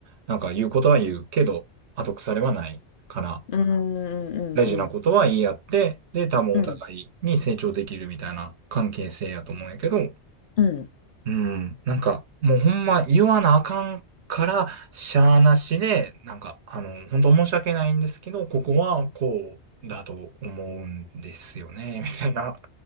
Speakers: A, on the right (about 70°); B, on the left (about 60°).
A: なんか言うことは言うけど、後腐れはないから、
B: うんうんうんうん
A: 大事なことは言い合って、で、多分お互いに成長できるみたいな関係性やと思うんやけど、
B: うんうん
A: うん。なんか、もうほんま言わなあかんから、しゃあなしで、なんか、あの、本当申し訳ないんですけど、ここはこうだと思うんですよね、みたいな。